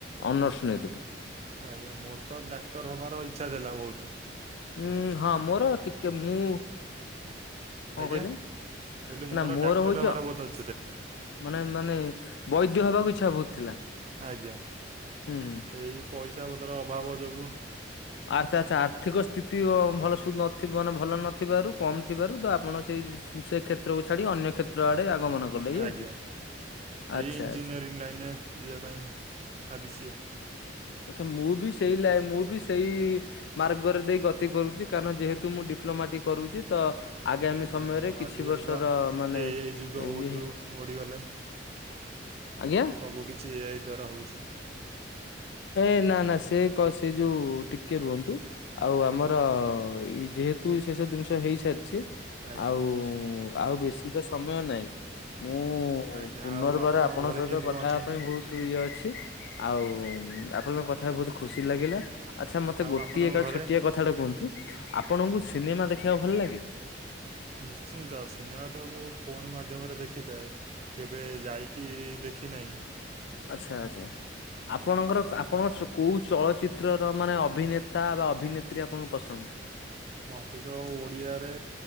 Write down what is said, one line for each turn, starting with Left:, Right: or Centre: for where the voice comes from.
Left: ଅନର୍ସ ନେଇ
Right: ଆଜ୍ଞା ମୋର ତ ଡାକ୍ତର ହବାର ଇଚ୍ଛା ଦେଲା ବୋହୁତ।
Left: ଉୁଁ ହଁ ମୋର ଟିକେ ମୁଁ କଣ
Right: ଆଜ୍ଞା
Left: କହିଲେ?
Right: କହିଲି ମୋର
Left: ନା
Right: ଡାକ୍ତର
Left: ହଉଛି
Right: ହବାର ବୋହୁତ
Left: ମାନେ ମାନେ ବୈଦ୍ୟ ହବାକୁ ଇଚ୍ଛା ବୋହୁତ ଥିଲା।
Right: ଆଜ୍ଞା
Left: ହୁଁ ହୁଁ।
Right: ଏଇ ପଇସା ପତର ଅଭାବ ଯୋଗୁ
Left: ଆଛା ଆଛା ଆର୍ଥିକ ସ୍ଥିତି ଭଲ ନଥିଲା ମାନେ ଭଲ ନଥିବାରୁ କମ୍ ଥିବାରୁ ତ ଆପଣ ସେଇ ସେ କ୍ଷେତ୍ରକୁ ଛାଡ଼ି ଅନ୍ୟ କ୍ଷେତ୍ର ଆଡ଼େ <unintelligible>
Right: ଆଜ୍ଞା। ଏଇ
Left: ଆଚ୍ଛା
Right: ଇଞ୍ଜିନିୟରିଂ
Left: ଆଚ୍ଛା
Right: ଲାଇନରେ ଯିବା ପାଇଁ ଭାବିଚି ଆଉ।
Left: ଆଚ୍ଛା ମୁଁ ବି ସେଇ ଲାଇ ମୁଁ ବି ସେଇ ମାର୍ଗରେ ଦେଇ ଗତି କରୁଛି କାରଣ ଯେହେତୁ ମୁଁ ଡ଼ା ଡିପ୍ଲୋମାଟିକ କରୁଚି ତ ଆଗାମୀ
Right: ଆଜ୍ଞା
Left: ସମୟରେ
Right: ହଉ
Left: କିଛି
Right: ଆଜିିକାଲି
Left: ବର୍ଷର
Right: ତ
Left: ମାନେ
Right: ଏଇ ଏଇ ଯୁଗ ବୋହୁତ
Left: ଇଏ
Right: ବଢିଗଲାଣି
Left: ଆଜ୍ଞା।
Right: ସବୁ କିଛି ଏଆଇ ଦ୍ଵାରା ହୋଉଛି।
Left: ଏ ନା ନା ସେ କ ସେ ଯୋଉ ଟିକେ ରୁହନ୍ତୁ। ଆଉ ଆମର ଯେହେତୁ ସେ ସବୁ ଜିନିଷ ହେଇସାରିଚି।
Right: ଆଜ୍ଞା
Left: ଆଉ ଆଉ ବେଶୀ ତ ସମୟ ନାହିଁ। ମୁଁ
Right: ଆଜ୍ଞା
Left: ପୁନର୍ବାର
Right: ଆଉ
Left: ଆପଣଙ୍କ
Right: ଘରେ
Left: ସହିତ
Right: କେମିତି
Left: କଥା
Right: କଣ ଅଛନ୍ତି
Left: ହେବା ପାଇଁ ବୋହୁତ ଇଏ ଅଛି। ଆଉ ଆପଣଙ୍କ କଥା ହବା ବୋହୁତ ଖୁସି ଲାଗିଲା। ଆଚ୍ଛା ମତେ
Right: ଆଉ
Left: ଗୋଟିଏ
Right: ଆପଣଙ୍କ
Left: ଏକ
Right: ଘରେ
Left: ଛୋଟିଆ କଥାଟା କୁହନ୍ତୁ ଆପଣଙ୍କୁ ସିନେମା ଦେଖିବାକୁ ଭଲ ଲାଗେ?
Right: ନିଶ୍ଚିନ୍ତ ସିନେମା ତ ମୁଁ ଫୋନ ମାଧ୍ୟମରେ ଦେ ଦେଖିଥାଏ କେବେ ଯାଇକି ଦେଖି ନାହିଁ।
Left: ଆଚ୍ଛା ଆଛା ଆପଣଙ୍କର ଆପଣଙ୍କ ଚୁ କୋଉ ଚଳଚିତ୍ରର ମାନେ ଅଭିନେତା ବା ଅଭିନେତ୍ରୀ ଆପଣଙ୍କୁ ପସନ୍ଦ?
Right: ମତେ ତ ଓଡିଆରେ